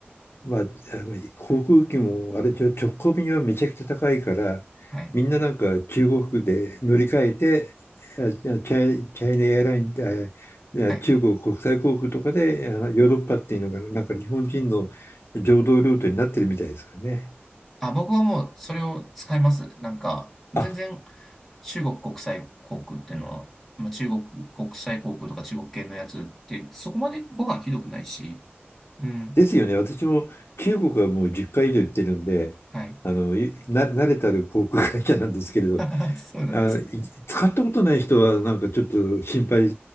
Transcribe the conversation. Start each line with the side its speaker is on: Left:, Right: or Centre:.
Left: まあ、あの航空機もあれちょ直行便はめちゃくちゃ高いから、
Centre: はい。
Left: みんななんか中国で乗り換えて、あチャイ、チャイナエアラインで、あ中国国際航空とかであのヨーロッパっていうのがなんか日本人の常道ルートになってるみたいですよね。
Centre: はい。あ、僕はもうそれを使います。なんか、全然
Left: あ、
Centre: 中国国際航空っていうのは、まあ、中国国際航空とか中国系のやつって、そこまでご飯ひどくないし、うん。
Left: ですよね。私も中国はもう10回以上行ってるんで、
Centre: はい。
Left: あのいな慣れたる航空会社なんですけれど、
Centre: <laughs> そうなんですね。
Left: あ、い使ったことない人はなんかちょっと心配